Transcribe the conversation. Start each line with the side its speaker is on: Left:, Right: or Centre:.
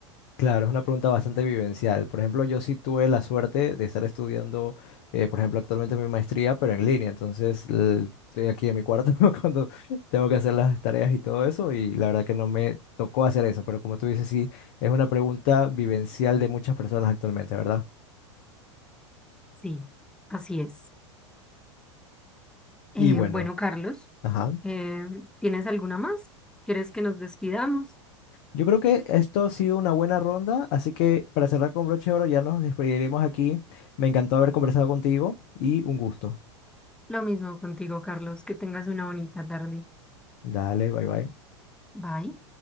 Left: Claro, es una pregunta bastante vivencial. Por ejemplo, yo sí tuve la suerte de estar estudiando, eh, por ejemplo, actualmente mi maestría, pero en línea. Entonces, l- estoy aquí en mi cuarto <laughs> cuando tengo que hacer las tareas y todo eso, y la verdad que no me tocó hacer eso. Pero como tú dices, sí, es una pregunta vivencial de muchas personas actualmente, ¿verdad?
Centre: Sí, así es. Eh,
Left: Y bueno,
Centre: bueno, Carlos,
Left: ajá.
Centre: eh, ¿tienes alguna más? ¿Quieres que nos despidamos?
Left: Yo creo que esto ha sido una buena ronda, así que para cerrar con broche de oro ya nos despediremos aquí. Me encantó haber conversado contigo y un gusto.
Centre: Lo mismo contigo, Carlos, que tengas una bonita tarde.
Left: Dale, bye bye.
Centre: Bye.